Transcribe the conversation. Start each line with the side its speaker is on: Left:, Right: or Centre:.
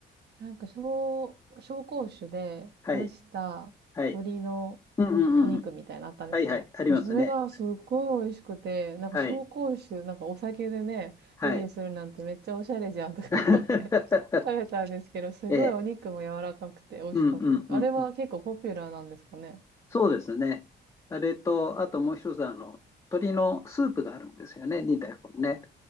Right: なんか、紹紹興酒で蒸した鶏の
Left: はい、はい。うんうんうんうん。
Right: お肉みたいなのあったんですよ。
Left: はいはい。ありますね。
Right: もうそれがすっごい美味しくて、なんか紹興酒、
Left: はい、
Right: なんかお酒でね、
Left: はい。
Right: 料理するなんてめっちゃおしゃれじゃんとか思って
Left: <laughs>
Right: <laughs> 食べたんですけど、すごいお肉も柔らかくて美味しかったです。
Left: ええ、うんうんうん。
Right: あれは結構ポピュラーなんですかね。
Left: そうですね。あれと、あともう一つ、あの、鶏のスープがあるんですよね、2台本ね。